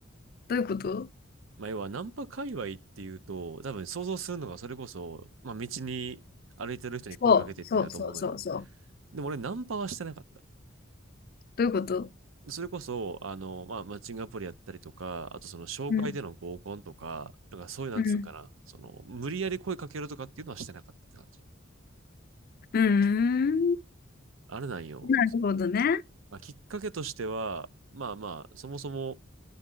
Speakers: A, on the left; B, on the right.
A: どういうこと
B: まあ要は、ナンパ界隈っていうと、多分想像するのがそれこそ、まあ道に歩いてる人に声かけてっていうんだと思うのよ。
A: そう、そう、そうそう、そう。
B: でも俺、ナンパはしてなかった。
A: どういうこと
B: それこそ、あの、まあ、マッチングアプリやったりとか、あとその紹介での合コンとか、
A: うん、
B: なんかそういう、なんつうんかな、
A: うん。
B: その、無理やり声かけるとかっていうのはしてなかったって感じ。
A: うーん。
B: あれなんよ。
A: なるほどね。
B: まあ、きっかけとしては、まあまあ、そもそも、